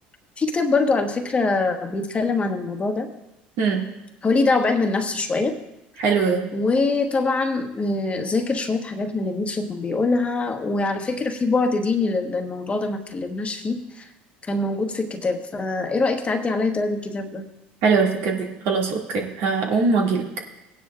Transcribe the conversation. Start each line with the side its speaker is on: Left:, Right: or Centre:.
Left: في كتاب برضو على فكرة بيتكلم عن الموضوع ده
Right: مم.
Left: هو ليه دعوة بعلم النفس شوية
Right: حلو ده
Left: وطبعا آه، ذاكر شوية حاجات من اللي نيتشه كان بيقولها وعلى فكرة في بعد ديني لل- للموضوع ده ما اتكلمناش فيه كان موجود في الكتاب فايه رأيك تعدي عليا تقري الكتاب ده
Right: حلوه الفكره دي خلاص اوكي هقوم واجيلك